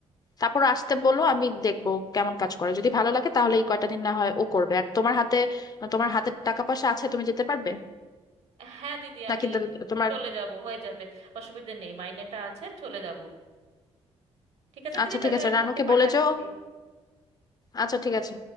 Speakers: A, on the left; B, on the right.
A: তারপর আসতে বলো আমি দেখবো কেমন কাজ করে যদি ভালো লাগে তাহলে এই কয়টা দিন না হয় ও করবে আর তোমার হাতে তোমার হাতে টাকা পয়সা আছে তুমি যেতে পারবে
B: হ্যাঁ দিদি
A: নাকি
B: আমি
A: তা- তোমার
B: চলে যাব হয়ে যাবে অসুবিধে নেই মাইনেটা আছে চলে যাব ঠিক আছে
A: আচ্ছা
B: দিদি তাহলে
A: ঠিক আছে
B: আমি
A: রানুকে
B: ওকে পাঠাচ্ছি
A: বলে যাও আচ্ছা ঠিক আছে